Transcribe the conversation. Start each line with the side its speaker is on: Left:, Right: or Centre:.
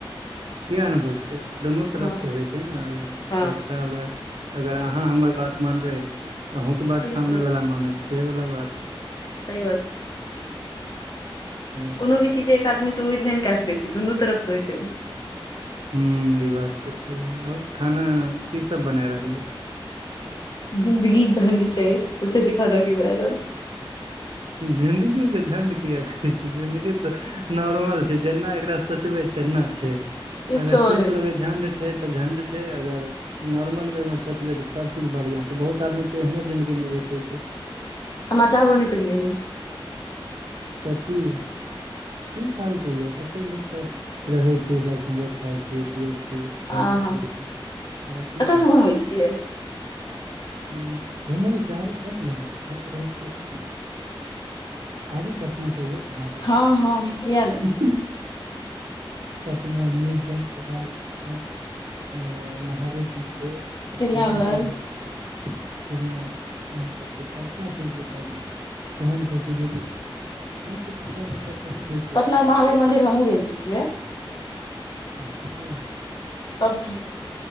Right: किया ने बुझते दुनू तरफ
Left: हँ
Right: से होइ छै ने, अगर
Left: हँ
Right: पस्ताप राखु अगर अहाँ हमर बात मानबे त अहूंके बात
Left: बिलकुल
Right: सामने वाला मानत से वालला बात छै।
Left: सही बात छ
Right: अच्छा,
Left: कोनो भी चीज एक आदमी से उम्मीद नहि ने कए सकै छी, दुनू तरफसँ होइ छै नऽ।
Right: हूँ ई बात तऽ छहिऐ, और खाना की सब बना रहलिय ये।
Left: जिंन्दगी झंड छै, पूछै छै, खाना की बना रहल
Right: जिंदगी के झण्ड किऐ करै छै, जिंदगी तऽ नॉर्मल छै, जेना एकरा सोचबै तेना छै।
Left: किछो
Right: अगर सोइच
Left: नहि छै।
Right: लेबै झण्ड छै, तऽ झण्ड छै, अगर नॉर्मल वे मे सोचबै तऽ, सभचीज बढ़ियां छै, बहुत आदमी तऽ, एहनो जिन्दगी नहि भेटै छै।
Left: हमरा चाहबो न करि ऐहन।
Right: त कि। की फालतू ये, कते नीक तऽ रहै छी, सभ संगे खाय छी पिय छि घुमय
Left: आहा
Right: फिरय छी, आब की
Left: कतऽ
Right: करब।
Left: से घुमै छियै
Right: ह घूम ले चाहबय, तब ने घुम घरमे रहै छियै ते न। आबू ना कहियौ घुमा बय छी।
Left: हँ हँ किया ने
Right: पटना म्यूजियम भैल म्यूजियम महावीर मन्दिर।
Left: चिड़ियाघर
Right: इह सब घुमेत। चिड़िया अहां देखौ सभटा चीज बुझल अय तहन कहै छै जिंदगी। नहि किछ बुझलरहिते तहन <unintelligible>
Left: पटना महावीर मंदिर हमहुूँ गेल छिय।
Right: अच्छा
Left: तब की